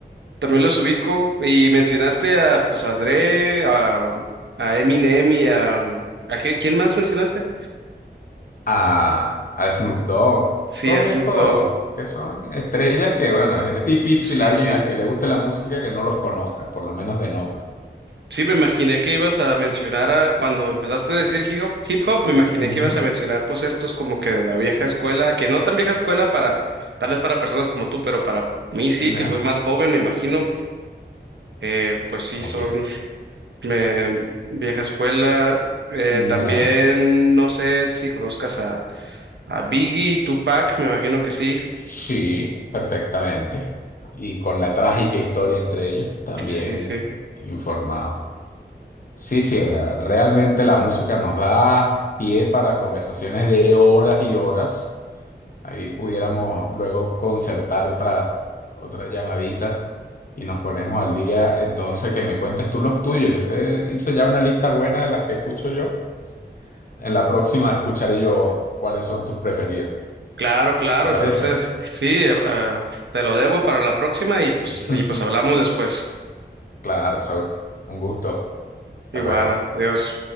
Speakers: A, on the right; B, on the left.
A: también los ubico y mencionaste a pues a Dre, a, a Eminem y a, ¿a qué- quién más mencionaste?
B: A, a Snoop Dogg,
A: Sí,
B: todos
A: a Snoop
B: estos
A: Dogg,
B: que son estrellas que, bueno, es, es difícil
A: sí,
B: alguien
A: sí.
B: al que le guste la música que no los conozca, por lo menos de nombre.
A: Sí, me imaginé que ibas a mencionar a- cuando empezaste a decir hip hop, hip hop, me imaginé
B: Ujú,
A: que ibas a mencionar pues estos como que de la vieja escuela, que no tan vieja escuela para, tal vez para personas como tú, pero para mí sí,
B: Ya,
A: que soy más joven, me imagino, eh, pues sí,
B: como
A: son
B: quién.
A: eh, vieja escuela. Eh,
B: Mm,
A: también
B: Ya,
A: no sé si conozcas a, a Biggie, Tupac, me imagino que sí.
B: sí, perfectamente. Y con la trágica historia entre ellos, también
A: Sí, sí.
B: informado. Sí, sí, o sea, realmente la música nos da pie para conversaciones de horas y horas Ahí pudiéramos luego concertar otra, otra llamadita y nos ponemos al día. Entonces, que me cuentes tú los tuyos. Yo te hice ya una lista buena de las que escucho yo. En la próxima escucharé yo cuáles son tus preferidos.
A: Claro, claro,
B: ¿Te parece?
A: entonces sí, eh, eh, te lo debo para la próxima y pues,
B: <laughs>
A: y pues hablamos después.
B: Claro, Saúl. Un gusto. Hasta
A: Igual,
B: luego.
A: adiós.